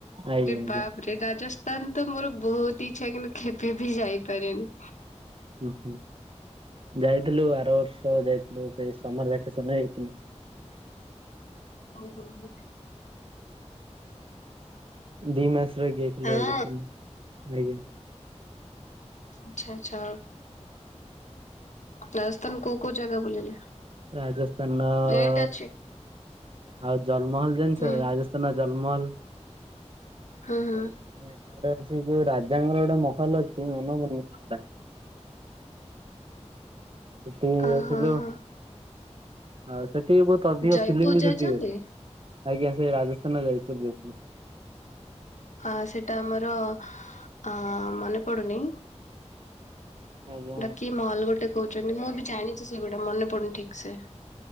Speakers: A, on the right (about 50°); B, on the left (about 90°).
A: ଆଜ୍ଞା
B: ଆରେ
A: ଆଜ୍ଞା
B: ବାପରେ ରାଜସ୍ ତାନ୍ ତ ମୋର ବହୁତ ଇଚ୍ଛା କିନ୍ତୁ କେବେ ବି ଯାଇପାରିନି।
A: ହୁଁ ହୁଁ ଯାଇଥିଲୁ ଆର ବର୍ଷ ଯାଇଥିଲୁ ସେଇ ସମର ଭ୍ୟାକେସନ ରେ ଯାଇଥିଲୁ।
B: ହୁଁ ହୁଁ ହୁଁ।
A: ଦି ମାସ ରହିକି ଆଇଥିଲୁ
B: ହଁ
A: ରାଜସ୍ଥାନରେ ଆଜ୍ଞା।
B: ଆଚ୍ଛା ଆଚ୍ଛା। ରାଜସ୍ଥାନ କୋଉ କୋଉ ଜାଗା ବୁଲିଲେ?
A: ରାଜସ୍ଥାନ ର
B: ଏଇଟ୍ ଅଛି
A: ଆଉ ଜଲ୍ ମହଲ ଜାଣିଚ?
B: ହୁଁ।
A: ରାଜ ଜଲ୍ ମହଲ
B: ହଁ ହଁ
A: ତାର ସେ ଯୋଉ ରାଜାଙ୍କର ଗୋଟେ ମହଲ ଅଛି, ମନ। <unintelligible> ସେଠିକି
B: ଅ
A: ଯାଇଥିଲୁ।
B: ହଁ
A: ଆଉ
B: ହଁ
A: ସେଠି ବି ବହୁତ ଅଧିକ
B: ଜୟପୁର
A: ଫିଲ୍ମ ବି
B: ଯାଇଛନ୍ତି?
A: ସୁଟ୍ ହୁଏ। ଆଜ୍ଞା ସେ ରାଜସ୍ଥାନ ର ଜୟପୁର ଯାଇଥିଲୁ।
B: ହଁ ସେଟା ଆମର ଅ ମନେ ପଡୁନି
A: ଆଜ୍ଞା
B: ହେଟା କି ମହଲ ଗୋଟେ କହୁଛନ୍ତି ମୁଁ ବି ଜାଣିଚି ସେଇଗୁଡା ମନେ ପଡୁନି ଠିକ୍ ସେ।